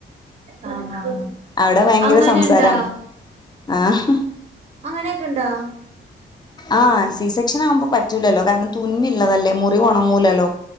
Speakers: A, on the right; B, on the left.
A: ആഹ്
B: അവിടെ ഭയങ്കര
A: അങ്ങനെ
B: സംസാരം
A: ഇണ്ടാ
B: ആഹ്
A: അങ്ങനെയൊക്കെ ഉണ്ടോ
B: ആഹ് സി സെക്ഷൻ ആവുമ്പോ പറ്റൂലല്ലോ കാരണം തുന്നള്ളതല്ലേ മുറി ഉണങ്ങൂലല്ലോ